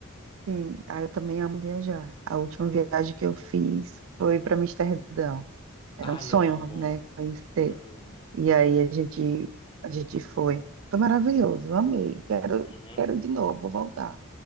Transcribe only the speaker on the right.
sim. Ah, eu também amo viajar. A última viagem que eu fiz foi para Amsterdão. Era
um sonho,
né? Conhecer.
E aí a gente, a gente foi. Foi maravilhoso, eu amei. Quero,
quero ir de novo, vou voltar.